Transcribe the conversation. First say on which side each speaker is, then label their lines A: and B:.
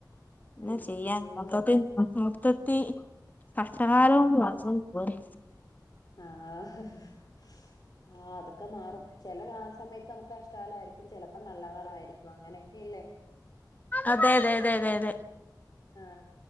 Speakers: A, on the left; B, on the left.
A: എന്ന
B: അയ്യയ്യോ
A: ചെയ്യ മൊത്തത്തിൽ ബുദ്ധിമുട്ട് ഇപ്പൊത്തി കഷ്ടകാലമെന്ന് പറഞ്ഞാ പോരെ
B: ആഹ് ഹ് ഹ് ആ അതൊക്കെ മാറും ചെല സമയത്ത് നമ്മുക്ക് കഷ്ടകാലമായിരിക്കും ചെലപ്പോ നല്ല കാലമായിരിക്കും അങ്ങനെയൊക്കെയല്ലേ
A: അതെ അതെ അതെ അതെ അതെ
B: ആ